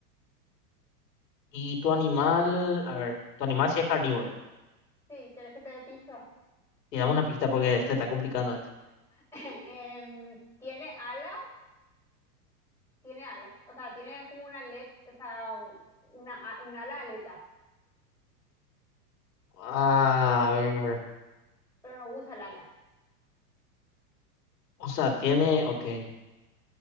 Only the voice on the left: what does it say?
Y tu animal, a ver, tu animal sí es carnívoro.
Y dame una pista porque este está complicando esto.
Ah, a ver.
O sea, tiene, ok.